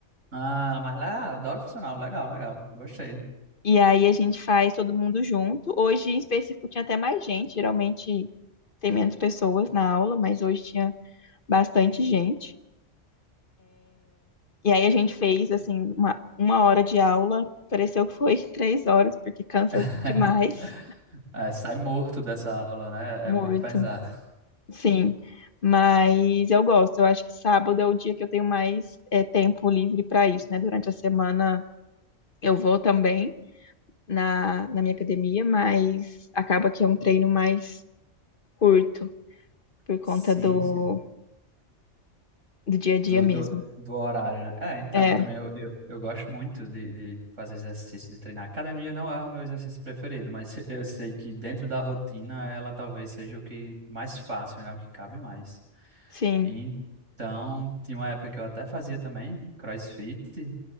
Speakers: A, on the right; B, on the left.
A: ah, mas lá, adoro funcional. Legal, legal. Gostei.
B: E aí a gente faz todo mundo junto. Hoje, em específico, tinha até mais gente, geralmente tem menos pessoas na aula, mas hoje tinha bastante gente. E aí a gente fez, assim, uma, uma hora de aula, pareceu que foi <laughs> três horas, porque cansa
A: <laughs>
B: demais,
A: É, sai morto dessa aula, né?
B: muito,
A: É muito pesado.
B: sim. Mas eu gosto, eu acho que sábado é o dia que eu tenho mais é, tempo livre para isso, né? Durante a semana eu vou também. na, na minha academia, mas acaba que é um treino mais curto por conta
A: Sim,
B: do,
A: sim.
B: do dia a dia
A: Do,
B: mesmo.
A: do, do horário, né? É, então,
B: É,
A: também eu, eu, eu gosto muito de, de fazer exercício, de treinar. Academia não é o meu exercício preferido, mas <laughs> eu sei que dentro da rotina ela talvez seja o que mais fácil, né? O que cabe mais.
B: sim.
A: Então, tinha uma época que eu até fazia também CrossFit,